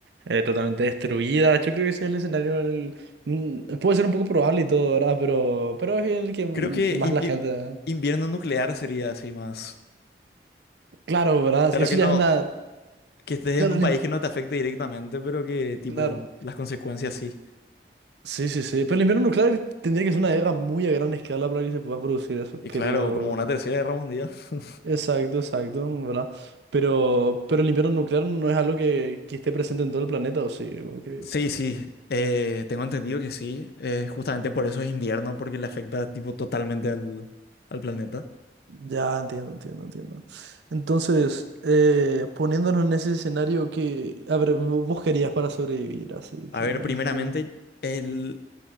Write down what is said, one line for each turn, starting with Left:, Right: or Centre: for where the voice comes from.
Right: eh, totalmente destruida. Yo creo que ese es el escenario. el- mm, puede ser un poco probable y todo, ¿verdad? Pero, pero es el que más
Left: Creo que i-
Right: la gente.
Left: i- invierno nuclear sería así más.
Right: Claro, ¿verdad?
Left: Claro
Right: Eso
Left: que
Right: ya
Left: no,
Right: es una.
Left: que estés
Right: Claro,
Left: en un
Right: el
Left: país
Right: im-
Left: que no te afecte directamente, pero que tipo
Right: claro.
Left: las consecuencias sí.
Right: Sí, sí, sí. Pero el invierno nuclear tendría que ser una guerra muy a gran escala para que se pueda producir eso,
Left: Y
Right: creo.
Left: claro, como una tercera guerra mundial. <laughs>
Right: Exacto, exacto, ¿verdad? Pero, pero el invierno nuclear no es algo que, que esté presente en todo el planeta, ¿o sí? Ok.
Left: Sí, sí, eh, tengo entendido que sí. eh, justamente por eso es invierno, porque le afecta tipo totalmente al, al planeta.
Right: Ya, entiendo, entiendo, entiendo. Entonces, eh, poniéndonos en ese escenario que, a ver, vo- vos querías para sobrevivir, así
Left: A
Right: que,
Left: ver, primeramente,
Right: que- que-
Left: el,